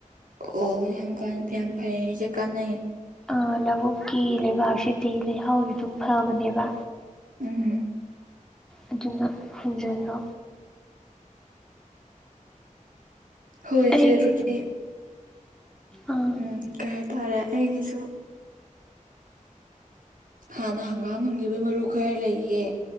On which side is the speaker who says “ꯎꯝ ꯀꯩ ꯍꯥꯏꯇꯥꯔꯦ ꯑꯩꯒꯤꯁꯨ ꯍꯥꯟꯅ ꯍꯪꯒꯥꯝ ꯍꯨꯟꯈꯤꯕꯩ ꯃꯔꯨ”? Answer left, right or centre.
Right